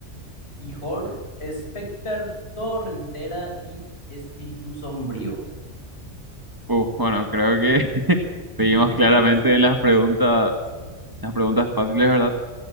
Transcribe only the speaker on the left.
Ihor, Specter, Torrentera y Espíritu Sombrío.
<laughs>